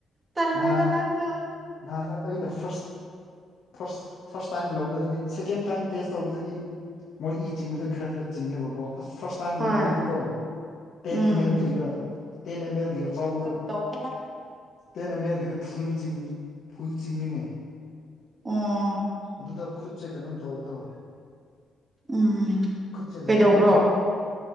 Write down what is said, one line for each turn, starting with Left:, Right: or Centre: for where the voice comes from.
Right: ꯇꯜꯂꯦꯗ
Left: ꯅꯍꯥꯟ
Right: ꯅꯪꯁꯨ
Left: ꯅꯍꯥꯟ ꯑꯩꯅ ꯐꯥꯔꯁ ꯐꯥꯔꯁ ꯐꯥꯔꯁ ꯇꯥꯏꯝ ꯂꯧꯕꯗꯗꯤ ꯁꯦꯀꯦꯟ ꯇꯥꯏꯝ ꯇꯦꯁ ꯇꯧꯕꯗꯗꯤ꯫ ꯃꯣꯏ ꯏ ꯆꯤꯡꯕꯗꯣ ꯈꯔ ꯈꯔ ꯆꯤꯡꯉꯦꯕꯀꯣ ꯑꯁ ꯐꯥꯔꯁ ꯇꯥꯏꯝ ꯂꯧꯕꯗꯗꯤꯀꯣ
Right: ꯍꯣꯏ
Left: ꯇꯦꯟ
Right: ꯎꯝ
Left: ꯑꯦꯝ ꯑꯦꯜꯒꯤꯒ ꯇꯦꯟ ꯑꯦꯝ ꯑꯦꯜꯒꯤ ꯆꯥꯎꯕꯗꯣ꯫
Right: ꯇꯧꯕꯅꯤꯅ
Left: ꯇꯦꯟ ꯑꯦꯝ ꯑꯦꯜꯒꯤꯗ ꯐꯨꯜ ꯆꯤꯡ ꯐꯨꯜ ꯆꯤꯡꯉꯤꯅꯦ꯫
Right: ꯑꯣ
Left: ꯑꯗꯨꯗ ꯈꯨꯠꯁꯦ ꯀꯩꯅꯣꯝ ꯇꯧꯕꯗꯣ꯫
Right: ꯎꯝ
Left: ꯈꯨꯠꯁꯦ
Right: ꯀꯩꯗꯧꯕ꯭ꯔꯣ
Left: ꯂꯦꯡꯕꯗ ꯈꯔ